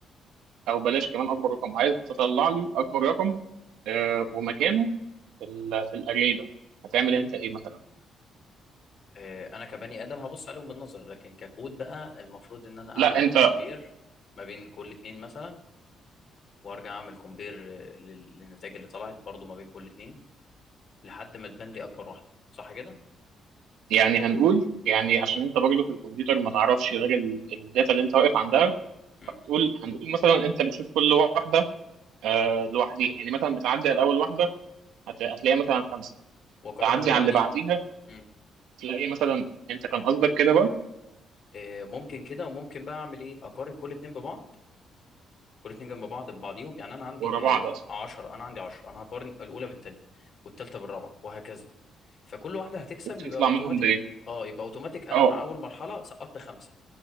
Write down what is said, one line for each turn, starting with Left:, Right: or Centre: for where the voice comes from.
Right: او بلاش كمان اكبر رقم عايزك تطلع لي اكبر رقم آه ومكانه في ال- في الاري ده هتعمل انت ايه مثلا
Left: آه، انا كبني ادم هبص عليهم بالنظر لكن ككود بقى المفروض ان انا
Right: لا
Left: اعمل
Right: انت
Left: كومبير ما بين كل اتنين مثلا وارجع اعمل كومبير لل- للنتائج اللي طلعت برضو ما بين كل اتنين لحد ما تبان لي اكبر واحده صح كده
Right: يعني هنقول يعني عشان انت برضه في الكمبيوتر ما تعرفش غير ال- الداتا اللي انت واقف عندها
Left: امم
Right: هتقول هنقول مثلا انت بتشوف كل واحده آه لوحديها يعني مثلا بتعدي على اول واحده هت- هتلاقيها مثلا خمسه
Left: واقارنها
Right: تعدي
Left: باللي
Right: على
Left: بعديها
Right: اللي بعديها
Left: امم
Right: تلاقي مثلا انت كان قصدك كده بقى
Left: آه، ممكن كده وممكن بقى اعمل ايه اقارن كل اتنين ببعض كل اتنين جنب بعض ببعضيهم يعني انا عندي
Right: ورا بعض اصلا
Left: 10 انا عندي 10 انا هقارن الاولى بالتانية والتالتة بالرابعه وهكذا فكل واحده هتكسب
Right: وتطلع
Left: يبقى اوتوماتيك
Right: منهم بايه
Left: اه يبقى اوتوماتيك انا
Right: اه
Left: مع اول مرحله سقطت خمسه